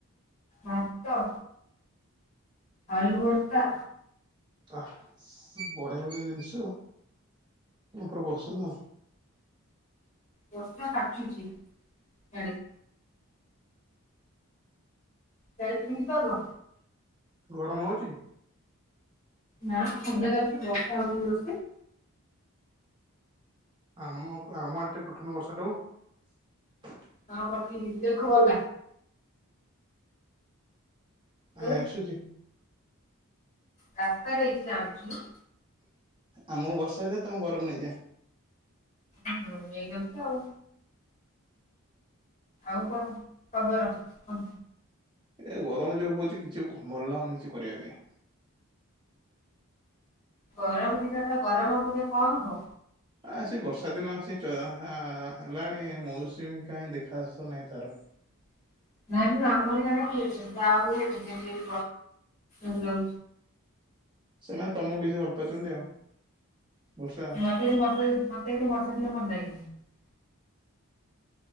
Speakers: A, on the left; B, on the right.
A: ଭାତ ଆଳୁ ଭର୍ତା
B: ଆ ବଢିଆ ବଢିଆ ଜିନ୍ଷ ଆଉ। ୟାଙ୍କର ବସନ
A: ବର୍ଷା କଚୁଚି ୟାଡେ। ସ୍ୟାଡେ କମତି ପାଗ?
B: ଗରମ ହୋଉଚି?
A: ନା ଥଣ୍ଡା ଲାଗୁଚି ବର୍ଷା ହୋଉଚି ଜୋରସେ।
B: ଆମ କ ଆମ ଆଡ଼େ ଟିକେ ପଠୋଉନ ବର୍ଷାଟାକୁ।
A: ହଁ ପଠେଇଲି ଦେଖ ଗଲା।
B: କାଇଁ
A: ଗଲା
B: ଆସୁଚି
A: ରାସ୍ତାରେ ହେଇଚି ଯାଉଛି।
B: ଆମକୁ ବର୍ଷା ଦିଅ ତମକୁ ଗରମ ନେଇଯା।
A: ହୁଁ ନେଇଗଲି ଆଉ। ଆଉ କଣ ଖବର କୁହ?
B: ଏ ଗରମ ଯୋଉ ହଉଛି କିଛି ଭଲ ଲାଗୁନି କିଛି କରିବା ପାଇଁ।
A: ଗରମ ଦିନତ ଗରମ ହେବନି କଣ ହବ?
B: ଆସି ବର୍ଷା ଦିନ ଆସି ହେଲାଣି ମୌସୁମୀ କାହିଁ ଦେଖା ଦର୍ଶନ ନାହିଁ ତାର।
A: <inaudible> ନାଇଁ ଆମର ଇଆଡେ <unintelligible>
B: ସେମାନେ ତମକୁ ବେଶୀ ଭଲ ପାଉଛନ୍ତି ଆଉ। ବର୍ଷା
A: <unintelligible>